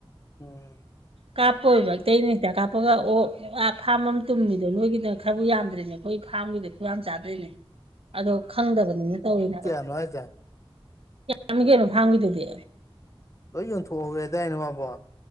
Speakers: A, on the left; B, on the right.
A: ꯎꯝ
B: ꯀꯥꯞꯄꯣꯏꯕ ꯏꯇꯩꯅ ꯍꯤꯗꯥꯛ ꯀꯥꯞꯄꯒ ꯑꯣꯛ ꯑꯥ ꯐꯥꯔꯝ ꯑꯃ ꯇꯨꯝꯃꯤꯗꯨ ꯅꯣꯏꯒꯤꯅ ꯈꯔꯕꯨ ꯌꯥꯝꯗ꯭ꯤꯅꯦ ꯑꯩꯈꯣꯏ ꯐꯥꯝꯒꯤꯗꯤ ꯈꯨꯌꯥꯥꯝ ꯆꯥꯗ꯭ꯔꯤꯅꯤ ꯑꯗꯣ ꯈꯪꯗꯕꯅꯤꯅ ꯇꯧꯔꯤꯅꯦꯕ
A: ꯀꯩꯅꯣ ꯍꯥꯏꯖꯦ
B: ꯌꯥꯃꯤ ꯀꯩꯅꯣ ꯐꯥꯝꯒꯤꯗꯨꯗꯤ
A: ꯂꯣꯏ ꯌꯣꯟꯊꯣꯛꯍꯧꯔꯦꯗꯥꯏꯅꯦ ꯃꯥꯕꯣ